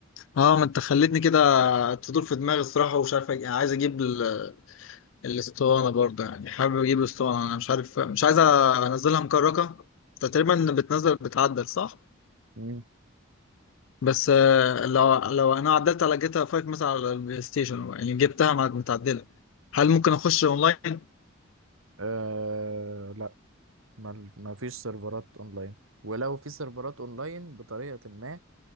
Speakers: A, on the left (about 65°); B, on the right (about 75°).
A: اه ما انت خلتني كده تدور في دماغي الصراحه ومش عارف أج- يعني عايز اجيب ال- الاسطوانه برضه يعني حابب اجيب الاسطوانه انا مش عارف مش عايز انزلها مكركه أنت تقريبا بتنزل بتعدل صح
B: مم.
A: بس آه، لو لو انا عدلت على جيتا 5 مثلا على البلاي ستيشن يعني جبتها مع- متعدله هل ممكن اخش اونلاين
B: آه لا ما, ما فيش سيرفرات اونلاين ولو في سيرفرات اونلاين بطريقة ما